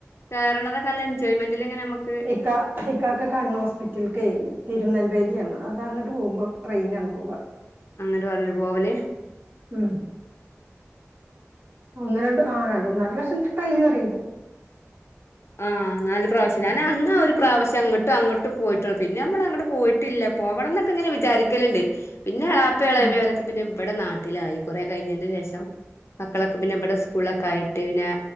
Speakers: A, on the left; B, on the right.
A: കേറണതൊക്കെ നല്ല എൻജോയ്മെന്റിൽ ഇങ്ങനെ നമ്മക്ക്
B: ഇക്കാ ഇക്കാക്ക് കണ്ണ് ഹോസ്പിറ്റലിക്കെ തിരുനെൽവേലിയാന്ന് അതാ അങ്ങട്ട് പോകുമ്പോ ട്രെയിനിലാണ് പോവാ
A: അങ്ങട് വന്നിട്ട് പോവല്
B: ഉം ഒന്ന് രണ്ട് ആഹ് രണ്ട് മൂന്നാല് പ്രാശം ട്രെയിൻ കേറീണ്ട്
A: ആഹ് നാല് പ്രാശ്യം
B: ഉം
A: ഞാന് അന്ന് ഒരു പ്രാവശ്യം അങ്ങട്ടും അങ്ങോട്ടും പോയിട്ടുള്ളു പിന്നെ നമ്മളങ്ങട്ട് പോയിട്ടില്ല പോവണന്നൊക്കെ ഇങ്ങനെ വിചാരിക്കല്ണ്ട് പിന്നെ എളാപ് പ്പേം എളേമ്മെക്കെ
B: ഉം
A: ഓലക്കെ പിന്നെ ഇവിടെ നാട്ടിലായി കുറെ കഴിഞ്ഞൻ്റെ ശേഷം മക്കളൊക്കെ പിന്നെ ഇവിടെ ഉസ് സ്കൂളൊക്കെ ആയിട്ട് പിന്നെ